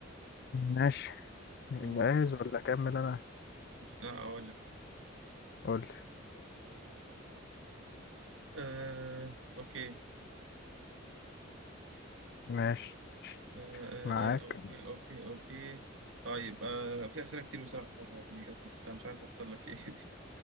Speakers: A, on the left; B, on the right.
A: ماشي جاهز
B: أمم،
A: ولا أكمل أنا
B: لا اقول لك اهو
A: قول
B: آه، اوكي
A: ماشي
B: آه، آه،
A: معاك
B: آه، اوكي اوكي اوكي طيب آه، في اسئله كتير بصراحه حلوه يعني فمش عارف اختار لك ايه